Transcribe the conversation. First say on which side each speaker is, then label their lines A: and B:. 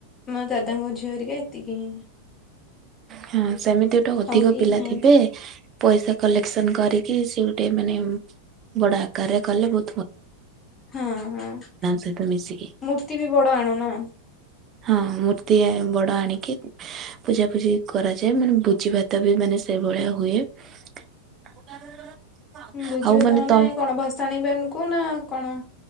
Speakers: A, on the left (about 15°); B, on the right (about 30°).
A: ମୋ ଦାଦାଙ୍କ ଝିଅରିକା ଏତିକି ହିଁ।
B: ହଁ ସେମିତି ଗୋଟେ ଅଧିକ
A: ଆଉ କେହି
B: ପିଲା
A: ନାହାନ୍ତି
B: ଥିବେ ପଇସା କଲେକ୍ସନ କରିକି ସେଗୋଟେ ମାନେ ବଡ଼ ଆକାରରେ କଲେ ବହୁ
A: ହଁ ହଁ ମୂର୍ତ୍ତିବି
B: ସହିତ ମିଶିକି
A: ବଡ଼ ଆଣନା
B: ହଁ ମୂର୍ତ୍ତି ବଡ଼ ଆଣିକି ପୂଜା ପୂଜି କରାଯାଏ ମାନେ ଭୋଜି ଭାତବି ମାନେ ସେଇଭଳିଆ ହୁଏ <unintelligible>
A: ଭୋଝିଅ
B: ଆଉ ମାନେ
A: ତାହାନେ
B: ତ
A: କଣ ଭସାଣିବେନକୁ ନାକଣ?